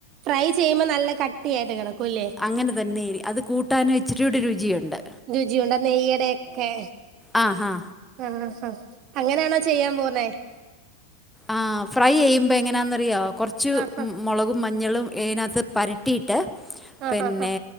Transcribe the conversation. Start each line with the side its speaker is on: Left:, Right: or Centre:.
Right: ഫ്രൈ ചെയ്യുമ്പോ നല്ല കട്ടി ആയിട്ട് കിടക്കൂല്ലേ
Centre: അങ്ങനെ തന്നെയിരി അത് കൂട്ടാനും ഇച്ചരിയൂടി രുചിയുണ്ട്
Right: രുചിയുണ്ട് ആഹ് നെയ്യടൊക്കെ
Centre: ആ ആ
Right: ആഹാ അങ്ങനെയാണോ ചെയ്യാൻ പോവുന്നേ
Centre: ആഹ് ഫ്രൈ ചെയ്യുമ്പോ എങ്ങനാന്നറിയോ കൊറച്ച്
Right: ആഹ്
Centre: മുളകും മഞ്ഞളും അതിനകത്ത് പരട്ടിയിട്ട്
Right: ആഹ്
Centre: പിന്നെ
Right: ആഹ്